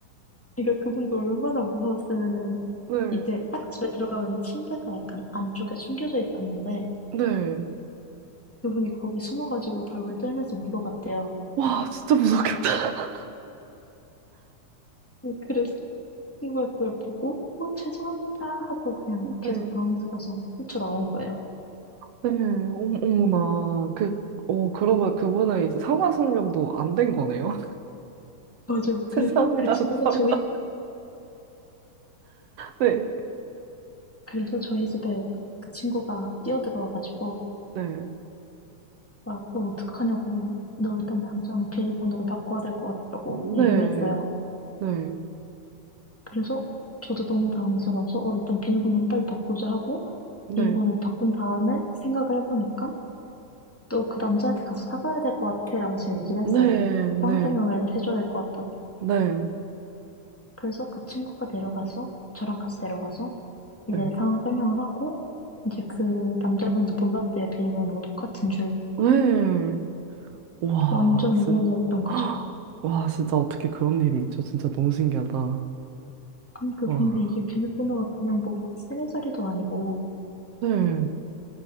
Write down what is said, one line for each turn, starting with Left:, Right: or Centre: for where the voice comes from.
Centre: 그러니까 그분도 얼마나 무서웠으면은
Right: 네,
Centre: 이제 딱 집에 들어가면 침대가 약간 안쪽에 숨겨져 있었는데
Right: 네.
Centre: 그분이 거기 숨어가지고 벌벌 떨면서 물어봤대요.
Right: 와, 진짜 무섭겠다.
Centre: 네, 그래서 친구가 그걸 보고 어, 죄송합니다 하고 그냥 걔도
Right: 네,
Centre: 당황스러워서 뛰쳐나온 거예요.
Right: 네, 어머, 어머나. 그, 어, 그러보 그분은 이제 상하 수명도 안 된 거네요. <laughs>
Centre: 맞아요.
Right: 죄송합니다.
Centre: 그래서 그 친구가
Right: 감사합니다.
Centre: 저희
Right: 네,
Centre: 그래서 저희 집에 그 친구가 뛰어들어와가지고,
Right: 네.
Centre: 막, 너 어떡하냐고, 너 일단 당장 비밀번호를 바꿔야 될 것 같다고
Right: 네,
Centre: 얘기를 했어요.
Right: 네,
Centre: 그래서 저도 너무 당황스러워서, 어, 일단 비밀번호를 빨리 바꾸자 하고,
Right: 네,
Centre: 비밀번호를 바꾼 다음에 생각을 해보니까, 또 그 남자한테 가서 사과해야 될 것 같아라고 제가 얘기를 했어요.
Right: 네,
Centre: 상황
Right: 네,
Centre: 설명을 해줘야 될 것 같다고.
Right: 네,
Centre: 그래서 그 친구가 내려가서, 저랑 같이 내려가서, 이제
Right: 네,
Centre: 상황 설명을 하고, 이제 그 남자분도 몰랐대요. 비밀번호가 똑같은 줄.
Right: 네. 와,
Centre: 완전 우연이었던
Right: 진, <gasps>
Centre: 거죠.
Right: 와, 진짜 어떻게 그런 일이 있죠? 진짜 너무 신기하다.
Centre: 그러니까
Right: 와,
Centre: 근데 이게 비밀번호가 그냥 뭐 세네 자리도 아니고
Right: 네.